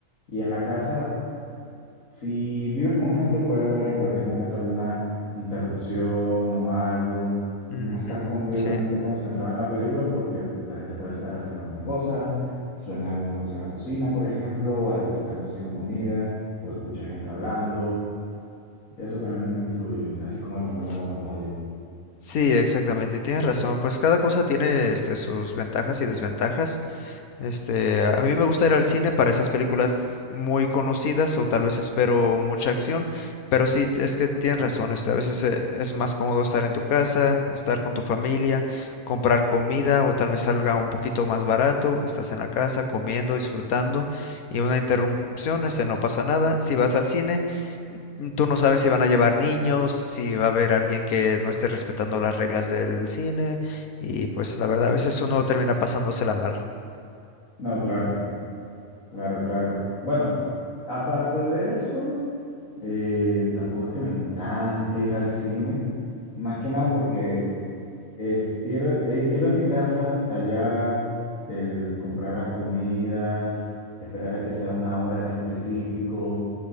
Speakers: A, on the left (about 65°); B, on the left (about 80°).
A: Y en la casa si vives con gente, puede haber en cualquier momento alguna interrupción o algo.
B: Ujú,
A: No estás completamente
B: Sí.
A: concentrada en la película porque la gente puede estar haciendo alguna cosa, suena alguna cosa en la cocina, por ejemplo, o alguien se está cociendo comida, o escucha gente hablando. Eso también influye, así como el tamaño
B: S-
A: de la pantalla.
B: Sí, exactamente. Tienes razón. Pues cada cosa tiene este, sus ventajas y desventajas. Este, a mí me gusta ir al cine para esas películas muy conocidas o tal vez espero mucha acción, pero sí, es que tienes razón, este, a veces eh, es más cómodo estar en tu casa, estar con tu familia, comprar comida o tal vez salga un poquito más barato, estás en la casa comiendo, disfrutando y una interrupción, este, no pasa nada. Si vas al cine, mm, tú no sabes si van a llevar niños, si va a haber alguien que no esté respetando las reglas del cine y pues la verdad a veces uno termina pasándosela mal.
A: No, claro, claro, claro. Bueno, aparte de eso, eh, tampoco es que me encante ir al cine, más que nada porque Es ir de, eh, ir de mi casa hasta allá, el comprar las comidas, esperar a que sea una hora en específico,